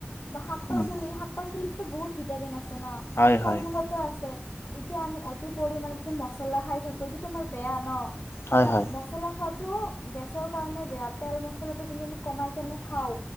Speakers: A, on the left; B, on the left.
A: বা শাক পাচলি
B: উম
A: শা শাক-পাচলিতো বহুত ভিটামিন আছে ন'
B: হয়
A: ফল-মূলত,
B: হয়
A: আছে, এতিয়া আমি অতি পৰিমণে যদি মছলা খাই থাকো। টো তোমাৰ বেয়া ন,
B: হয়
A: এয়া
B: হয়
A: মছলা খোৱাতো গেছৰ কাৰণে বেয়া, তেল মছলাটো যদি আমি কমাই কেনে খাও